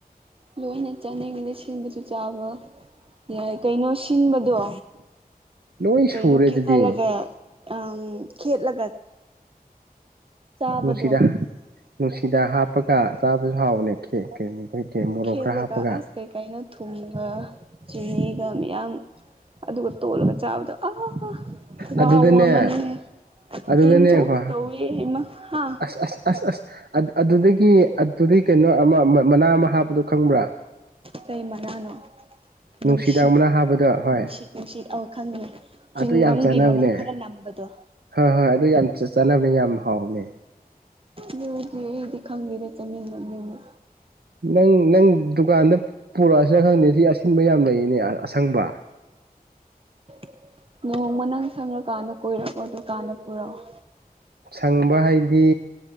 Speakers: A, on the right; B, on the right.
A: ꯂꯣꯏꯅ ꯆꯪꯅꯤꯡꯉꯤꯗ ꯁꯤꯟꯕꯁꯨ ꯆꯥꯕ ꯌꯥꯏ ꯀꯩꯅꯣ ꯁꯤꯟꯕꯗꯣ
B: ꯂꯣꯏ ꯁꯨꯔꯦ
A: ꯀꯩꯅꯣ ꯈꯦꯊꯂꯒ
B: ꯑꯗꯨꯗꯤ
A: ꯑꯥ ꯈꯦꯠꯂꯒ ꯆꯥꯕꯗꯣ
B: ꯅꯨꯡꯁꯤꯗ ꯅꯨꯡꯁꯤꯗꯥꯛ ꯍꯥꯞꯄꯒ ꯆꯥꯕꯁꯨ ꯍꯥꯎꯕꯅꯦ ꯈꯦ ꯈꯦ ꯀꯦ ꯃꯣꯔꯣꯛ
A: ꯈꯦꯠꯂꯒ
B: ꯈꯔ ꯍꯥꯞꯄꯒ
A: ꯑꯁ ꯀꯩ ꯀꯩꯅꯣ ꯊꯨꯝꯒ ꯆꯤꯅꯤꯒ ꯃꯌꯥꯝ ꯑꯗꯨꯒ ꯇꯣꯜꯂꯒ ꯆꯥꯕꯗꯣ ꯑꯥꯥ ꯋꯥꯎ
B: ꯑꯗꯨꯗꯅꯦ
A: ꯋꯥꯃꯅꯤꯍꯦ
B: ꯑꯗꯨꯗꯅꯦꯀꯣ
A: ꯇꯤꯟ ꯊꯣꯛꯀꯦ ꯇꯧꯋꯦ ꯍꯩꯃꯥ ꯍꯥ
B: ꯑꯁ ꯑꯁ ꯑꯁ ꯑꯁ ꯑꯗꯨꯗꯒꯤ ꯑꯗꯨꯗꯤ ꯀꯩꯅꯣ ꯑꯃ ꯃꯅꯥ ꯑꯃ ꯍꯥꯞꯄꯗꯣ ꯈꯪꯕ꯭ꯔꯥ
A: ꯀꯩ ꯃꯅꯥꯅꯣ
B: ꯅꯨꯡꯁꯤꯗꯥꯛ
A: ꯅꯨꯡꯁꯤꯠ
B: ꯃꯅꯥ ꯍꯥꯄꯗꯣ ꯍꯣꯏ
A: ꯅꯨꯡꯁꯤꯠ ꯅꯨꯡꯁꯤꯠ ꯑꯧ ꯈꯪꯉꯦ ꯆ꯭ꯋꯤꯡꯒꯝꯒꯤ
B: ꯑꯗꯨ ꯌꯥꯝ ꯆꯥꯅꯕꯅꯦ
A: ꯃꯅꯝ ꯈꯔ ꯅꯝꯕꯗꯣ
B: ꯍꯣꯏ ꯍꯣꯏ ꯑꯗꯨ ꯌꯥꯝ ꯆꯥꯅꯕꯅꯦ ꯌꯥꯝ ꯍꯥꯎꯅꯦ
A: ꯗꯨꯗꯤ ꯑꯩꯗꯤ ꯈꯪꯗꯦꯗ ꯆꯃꯤꯟꯅ ꯃꯤꯟꯅ
B: ꯅꯪ ꯅꯪ ꯗꯨꯀꯥꯟꯗ ꯄꯨꯔꯛꯑꯁꯤꯔ ꯈꯪꯗꯦ ꯁꯤ ꯑꯁꯤꯟꯕ ꯌꯥꯝ ꯂꯩꯌꯦꯅꯦ ꯑꯁꯪꯕ
A: <unintelligible> ꯅꯣꯡꯃ ꯅꯪ ꯁꯪꯉꯀꯥꯟꯗ ꯀꯣꯏꯔꯛꯑꯣ ꯗꯨꯀꯥꯟꯗ ꯄꯨꯔꯛꯑꯣ
B: ꯍꯪꯕ ꯍꯥꯏꯗꯤ